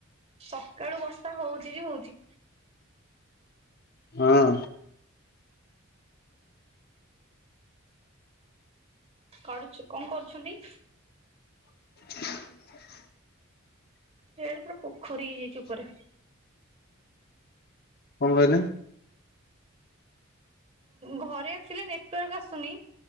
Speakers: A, on the right (about 30°); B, on the left (about 50°).
A: ସକାଳୁ ବର୍ଷା ହଉଚ ଯେ ହଉଚ
B: ହଁ।
A: କରୁଛୁ କଣ କରୁଛନ୍ତି?
B: <inaudible>
A: ସେଇ ପୁରା ପୋଖରୀ ହେଇଯାଇଛି ଉପରେ
B: କଣ କହିଲେ?
A: ଘରେ ଆଚୁଲି ନେଟୱାର୍କ ଆସୁନି।